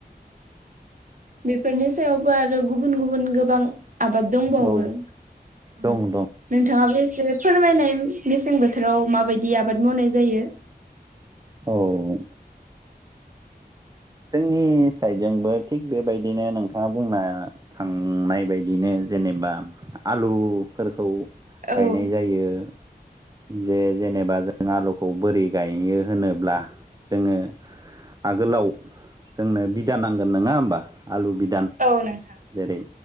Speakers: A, on the right; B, on the right.
A: बेफोरनि सायावबो आरो गुबुन गुबुन गोबां आबाद दंबावो
B: औ
A: नोंथ
B: दं दं
A: नोंथाङाबो एसे फोरमायनाय मेसें बोथोराव माबायदि आबाद मावनाय जायो?
B: औ जोंनि साइडजोंबो थिग बेबायदिनो नोंथाङा बुंनो थांनाय बायदिनो जेनेबा आलुफोरखौ
A: औ
B: गायनाय जायो।
A: <inaudible>
B: जे जेनेबा जों आलुखौ बोरि गायो होनोब्ला जोङो आगोलाव जोंनो बिदा नांगोन नङा होमबा आलु बिदान
A: औ नोंथां
B: जेरै